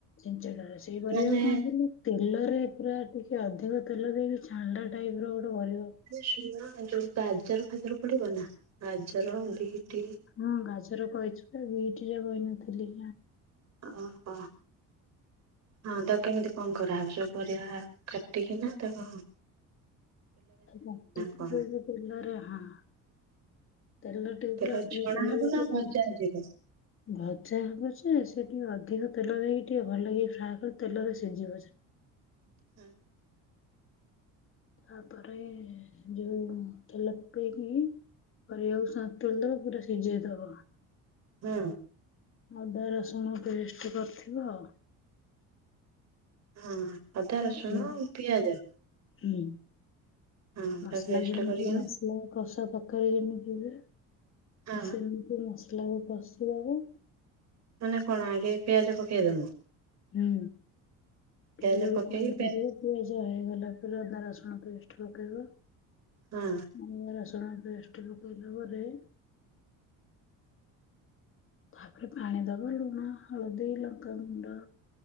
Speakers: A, on the left (about 40°); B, on the right (about 55°).
A: ଞ୍ଚଟାରେ ସେଇପଉ
B: ମାନେ
A: କଣ କରିଲ <inaudible> ତେଲରେ ପୁରା ଟିକେ ଅଧିକ ତେଲ ଦେଇକି ଛାଣ୍ଲା ଟାଇପ ର ଗୋଟେ କରିବ
B: ଶୁଣ ଯୋଉ ଗାଜର ଫାଜର ପଡିବ ନା ଗାଜର ବିଟି
A: ହଁ ଗାଜର କହିଥିଲି ବା ବିଇଟିଟା କହିନଥିଲି
B: ଓହୋ ହଁ ତ କେମିତି କଣ କରାହେବ ସବୁ ପରିବା କାଟିକିନା ତା କୁ
A: ବ
B: କଣ?
A: କରିଲାରରେ ହଁ <inaudible> ତେଲ ରେ ଟିକେ
B: ତେଲରେ
A: ପରା ଅଧିକ
B: ଛଣା
A: ତେଲରେ
B: ହବ ନା
A: ଟିକେ
B: ଭଜା
A: ପରା
B: ଯିବ?
A: ଭଜା ହେବ ଯେ ସେ ଟିକେ ଅଧିକ ତେଲ ଦେଇକି ଟିକେ ଭଲ ହେ ଫ୍ରାଏ କରି ତେଲରେ ସିଝିବ ସେ
B: ହୁଁ
A: ତାପରେ ଯୋଉ ତେଲ ପକେଇକି କରିବାକୁ ସ ତୋଳି ଦବା ପୁରା ସିଝେଇ ଦବା
B: ହୁଁ
A: ଅଦା ରସୁଣ ପେଷ୍ଟ କରିଥିବ
B: ହଁ ଅଦା
A: ଆଉ
B: ରସୁଣ ଆ ପିଆଜ
A: ହୁଁ
B: ହଁ
A: ମସଲା
B: ତା ପେଷ୍ଟ
A: ଯେମିତିତି
B: କରିକିନି
A: ମସଲା ମସଲା କଷା ତରକାରୀ ଯେମିତି ହୁଏ
B: ହଁ
A: ସେମିତି ମସଲା କ କଷି ଦବ
B: ମାନେ କଣ ଆଗେ ପିଆଜ ପକେଇଦବୁ
A: ହୁଁ
B: ପିଆଜ
A: ଏ ଯୋଉ
B: ପକେଇକି
A: ସ୍ନାନ
B: ପିଆ
A: କରିବ ଏଜ ହେଇଗଲା ପରେ ଅଦା ରସୁଣ ପେଷ୍ଟ ପକେଇବା
B: ହଁ।
A: ଅଦା ରସୁଣ ପେଷ୍ଟ ପକେଇ ସାରିଲା ପରେ। ତାପରେ ପାଣି ଦବ ଲୁଣ ହଳଦୀ ଲଙ୍କାଗୁଣ୍ଡ।